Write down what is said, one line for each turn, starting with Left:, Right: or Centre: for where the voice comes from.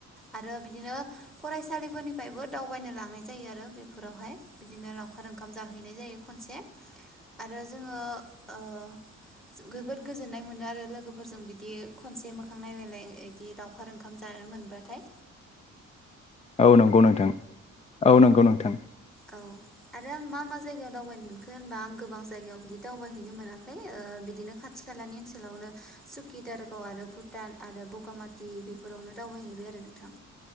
Centre: आरो बिदिनो फरायसालिफोरनिफ्रायबो दावबायनो लांनाय जायो आरो बेफोरावहाय बिदिनो लावखार ओंखाम जाहैनाय जायो। मोनसे आरो जोङो ओ जो गोबोद गोजोननाय मोनो आरो लोगोफोरजों बिदि खनसे मोखां नायलायनाय इदि लावउखार ओंखाम जान ओ मोनबाथाय
Left: औ नंगौ नोंथां औ नंगौ नोंथां।
Centre: औ आरो आं मा मा जायगायाव दावबायनो मोनखो होनबा आं गोबां जायगायाव बिदि दावबायहैनो मोनाखै ओ बिदिनो खाथि खालानि ओनसोलावनो सुकि दारागाव आरो भुटान आरो बगामाथि बेफोरावनो दाव बायहैबाय आरो नोंथां